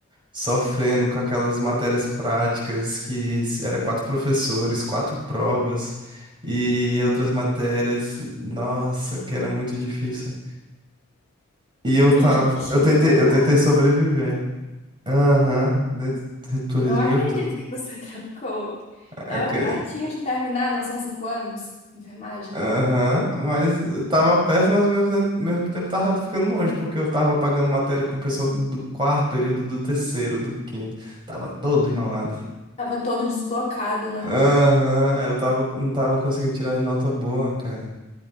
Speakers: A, on the right; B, on the left.
A: sofrendo com aquelas matérias práticas que s- era quatro professores, quatro provas e outras matérias, nossa, que era muito difícil. E eu tava,
B: E desistiu,
A: eu tentei,
B: trancou.
A: eu tentei sobreviver. Aham, de- tu
B: Não
A: resumiu
B: acredito
A: tudo.
B: que você <laughs> trancou.
A: Ah,
B: Tava
A: cre-
B: pertinho de terminar, não são cinco anos? Enfermagem.
A: Aham, mas tava perto, mas ao mesmo tempo, mesmo tempo tava ficando longe, porque eu tava pagando matéria com o pessoal do quarto período, do terceiro, do quinto. Tava todo enrolado.
B: Tava todo desblocado, né?
A: Aham, eu tava, não tava conseguindo tirar as notas boas, cara.